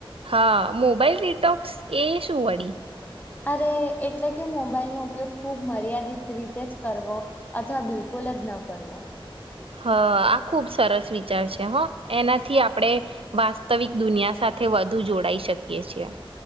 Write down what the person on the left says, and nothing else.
અરે એટલે કે મોબાઈલનો ઉપયોગ ખૂબ મર્યાદિત રીતે જ કરવો, અથવા બિલકુલ જ ન કરવો.